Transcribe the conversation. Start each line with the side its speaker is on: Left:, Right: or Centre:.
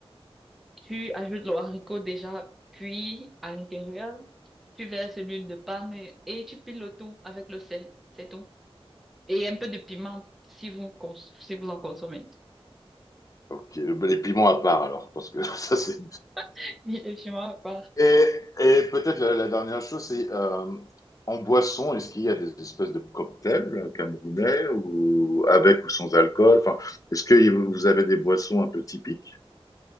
Centre: tu ajoutes le haricot déjà cuit à l'intérieur, tu verses l'huile de palme et tu piles le tout avec le sel. C'est tout. Et un peu de piment, si vous, cons- si vous en consommez.
Left: ok, bah, les piments à part alors, parce que <laughs> ça c'est.
Centre: <laughs> Et le piment à part.
Left: Et, et peut-être la, la dernière chose, c'est euh, en boisson, est-ce qu'il y a des espèces de cocktails euh, camerounais ou avec ou sans alcool? Enfin, est-ce que vous avez des boissons un peu typiques?